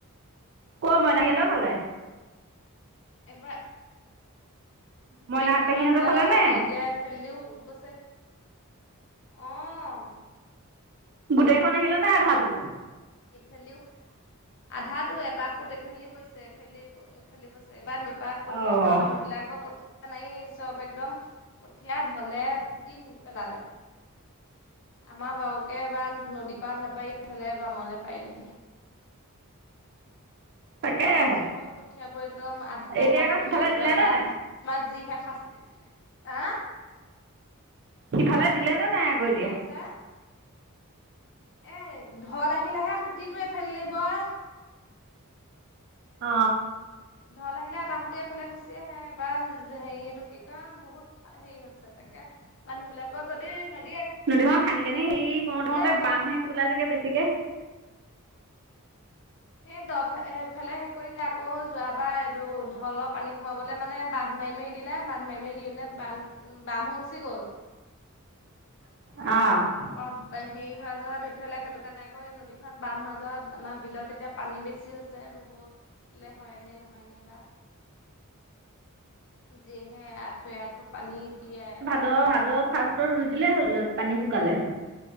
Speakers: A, on the right (about 55°); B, on the left (about 55°).
A: ক'ৰ মইনা সিহতৰ ফালে।
B: এবাৰ,
A: মইনা
B: পেহিহঁতৰ
A: পেহীহঁতৰ
B: ফালে অ',
A: নে
B: এতিয়া এইফালেদিও সুত বৈছে। অ'।
A: গোটেইখন আহিলে নে আধাটো?
B: ইফালিও, আধাটো এটা সুত এইফালেদি বৈছে, এইফালে, এইফালে বৈছে এইবাৰ। পাৰত কঠীয়া
A: অ'।
B: পৰা মানুহবিলাকৰ ক নাইয়ে চব একদম, কঠীয়া ঢলে পুতি পেলালে। আমাৰ বাৰকে এইবাৰ নদী পাৰত নাপাৰি এইফালে বামলে পাৰিলে।
A: তাকেহে।
B: এইবাৰ চবৰে কঠীয়াবোৰ একদম আধা আধা
A: এতিয়া আকৌ
B: ডুব
A: সিফালে
B: যোৱা, যোৱা
A: দিলে নে
B: বাৰ
A: নাই
B: যিহে শাস্তি, হা।
A: সিফালে দিলে নে নাই। আকৌ এতিয়া
B: কি কৈছে? এই ঢল আহিলেহে খুটিটো এইফালে দি বয়।
A: অ।
B: ঢল আহিলে এটা সুতে এফালে গুচি আহে। বা হেৰি এইটো কি কয় বহুত হেৰি হৈছে। তাকে, মানুহ বিলাকৰ যদি নদী
A: নদীখন খান্দি -খান্দি হেৰি কৰোঁতে- কৰোঁতে
B: হ'ব।
A: বামহে পেলাইগৈ বেছিকৈ।
B: সেই দ ফালে শেষ কৰিলে, আকৌ যোৱাবাৰ এইটো ঢলৰ পানী সোমাবলৈ মানে। বান্ধ মাৰি- মাৰি দিলা, বান্ধ মাৰি- মাৰি দিনে বান বাম হৈ গুচি গ'ল।
A: অহ।
B: তাৰপৰা হেৰি, হোৱা জত এইফালে সেইটো কাৰণে আকৌ নদীখন বাম হোৱা জত আমাৰ বিলত এতিয়া পানী বেছি হৈছে। যে ৰুবলৈ হয়নে নহয়নে বা? যিহে আঠুৱে- আঁঠু পানী তিয়াই।
A: ভাদৰ ভাদৰ ফাৰ্ষ্ট ৰুই দিলেই হয়। গলত পানী শুকালে।